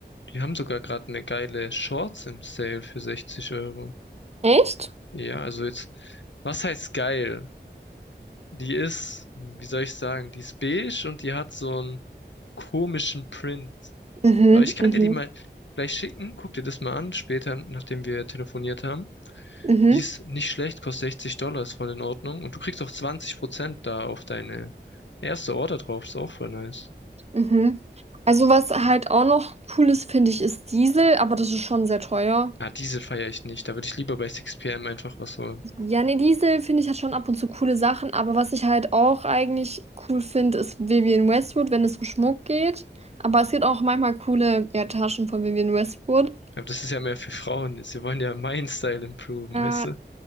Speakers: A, on the left (about 80°); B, on the right (about 35°).
A: die haben sogar gerade eine geile Shorts im Sale für 60 Euro.
B: Echt?
A: Ja, also jetzt, was heißt geil? Die ist, wie soll ich sagen, die ist beige und die hat so einen komischen Print.
B: Mhm,
A: Aber ich kann
B: mhm.
A: dir die mal gleich schicken. Guck dir das mal an, später, nachdem wir telefoniert haben.
B: Mhm,
A: Die ist nicht schlecht, kostet 60 Dollar, ist voll in Ordnung. Und du kriegst auch 20% da auf deine erste Order drauf, ist auch voll nice.
B: mhm. Also was halt auch noch cool ist, finde ich, ist Diesel, aber das ist schon sehr teuer.
A: Ah, diese feiere ich nicht. Da würde ich lieber bei 6pm einfach was holen.
B: Ja, nee, Diesel finde ich hat schon ab und zu coole Sachen, aber was ich halt auch eigentlich cool finde, ist Vivienne Westwood, wenn es um Schmuck geht. Aber es gibt auch manchmal coole, ja, Taschen von Vivienne Westwood.
A: Aber das ist ja mehr für Frauen. Sie wollen ja meinen Style improven,
B: Äh,
A: weißt du?